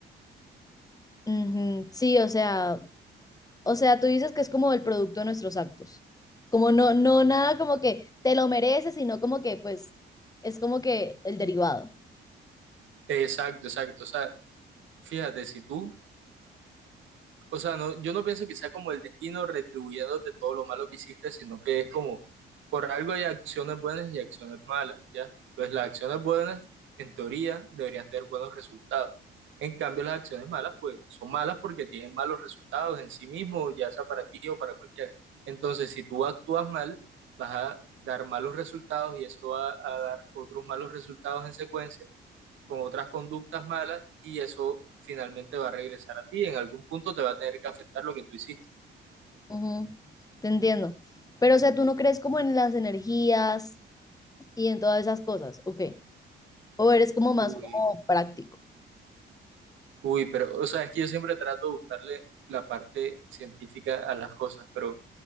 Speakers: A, on the left (about 20°); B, on the right (about 75°).
A: ujú. Sí, o sea, O sea, tú dices que es como el producto de nuestros actos. Como no, no, nada como que te lo mereces, sino como que, pues, es como que el derivado.
B: Exacto, exacto. O sea, fíjate, si tú O sea, no, yo no pienso que sea como el destino retribuyéndote todo lo malo que hiciste, sino que es como, por algo hay acciones buenas y acciones malas, ¿ya? Entonces las acciones buenas, en teoría, deberían tener buenos resultados. En cambio, las acciones malas, pues, son malas porque tienen malos resultados en sí mismo, ya sea para ti o para cualquiera. Entonces, si tú actúas mal, vas a dar malos resultados y eso va a dar otros malos resultados en secuencia con otras conductas malas y eso finalmente va a regresar a ti. En algún punto te va a tener que afectar lo que tú hiciste.
A: Ujú, Te entiendo. Pero, o sea, tú no crees como en las energías y en todas esas cosas, ¿ok? O eres como más
B: Uy,
A: como práctico.
B: uy, pero, o sea, es que yo siempre trato de buscarle la parte científica a las cosas, pero,